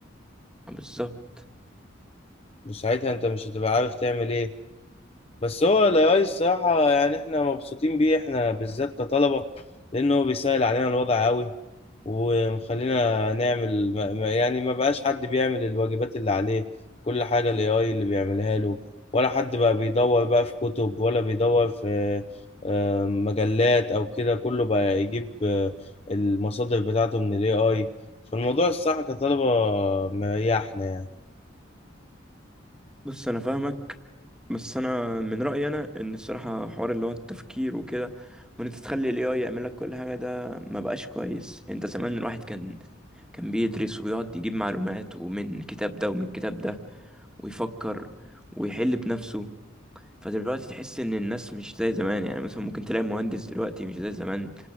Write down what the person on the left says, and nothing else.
وساعتها انت مش هتبقى عارف تعمل ايه بس هو الاي الصراحة يعني احنا مبسوطين بيه احنا بالذات كطلبة لانه هو بيسهل علينا الوضع قوي ومخلينا نعمل ما- ما- يعني ما بقاش حد بيعمل الواجبات اللي عليه كل حاجة الاي اي اللي بيعملها له ولا حد بقى بيدور بقى في كتب ولا بيدور في آه، مجلات او كده كله بقى يجيب آه، المصادر بتاعته من الاي اي فالموضوع الصح كطلبة مريحنا يعني